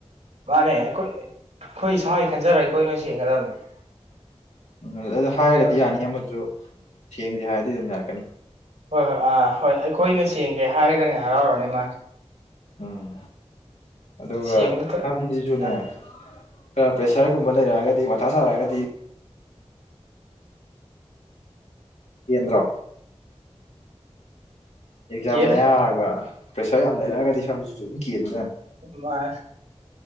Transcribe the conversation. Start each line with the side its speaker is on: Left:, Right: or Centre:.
Right: ꯃꯥꯅꯦ ꯑꯩꯈꯣꯏ ꯑꯩꯈꯣꯏ ꯏꯁꯥꯒꯤ ꯈꯟꯖꯔꯒ ꯑꯩꯈꯣꯏ ꯅꯣꯏ ꯁꯦꯡꯒꯗꯕꯅꯦ꯫
Left: ꯎꯝ ꯑꯗꯨꯗ
Right: ꯅꯠꯇ꯭ꯔꯦ
Left: ꯍꯥꯏꯔꯒꯗꯤ
Right: ꯍꯣꯏ
Left: ꯌꯥꯅꯤ ꯑꯃꯁꯨ ꯁꯦꯡꯖꯦ ꯍꯥꯏꯔ <unintelligible> ꯌꯥꯔꯀꯅꯤ
Right: ꯍꯣꯏ ꯍꯣꯏ ꯑꯥ ꯍꯣꯏ ꯑꯩꯈꯣꯏꯅ ꯁꯦꯡꯖꯦ ꯍꯥꯏꯔꯒꯅ ꯍꯔꯥꯎꯔꯅꯤ ꯃꯥꯅꯦ
Left: ꯎꯝ꯫ ꯑꯗꯨꯒ
Right: ꯁꯦꯡꯕꯗꯨꯗ
Left: ꯁꯝꯁꯤꯁꯨꯅꯦ꯫
Right: ꯑ
Left: ꯈꯔ ꯄ꯭ꯔꯦꯁꯔꯒꯨꯝꯕ ꯂꯩꯔꯛꯑꯒꯗꯤ ꯃꯊꯥ ꯁꯥꯔꯛꯑꯒꯗꯤ꯫ ꯀꯦꯟꯗ꯭ꯔꯣ꯫ ꯑꯦꯛꯖꯥꯝ
Right: ꯀꯦꯜꯂꯦ
Left: ꯃꯌꯥ ꯍꯥꯏꯕ꯫ ꯄ꯭ꯔꯦꯁꯔ ꯌꯥꯝ ꯂꯩꯛꯑꯒꯗꯤ ꯁꯝꯁꯤꯁꯨ ꯑꯗꯨꯝ꯫ ꯀꯦꯟꯕꯖꯥꯠꯅꯤ
Right: ꯃꯥꯅꯦ